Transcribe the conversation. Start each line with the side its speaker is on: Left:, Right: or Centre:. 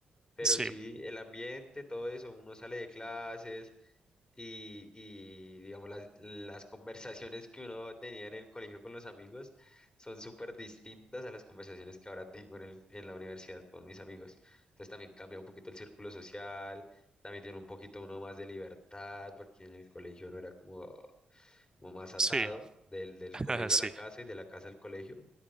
Left: Pero
Right: Sí,
Left: sí, el ambiente, todo eso, uno sale de clases y, y, digamos, las, las conversaciones que uno tenía en el colegio con los amigos son súper distintas a las conversaciones que ahora tengo en el- en la universidad con mis amigos. Entonces también cambia un poquito el círculo social, también tiene un poquito uno más de libertad, porque en el colegio no era como, como más atado
Right: sí,
Left: del, del
Right: <laughs>
Left: colegio
Right: sí,
Left: a la casa y de la casa al colegio,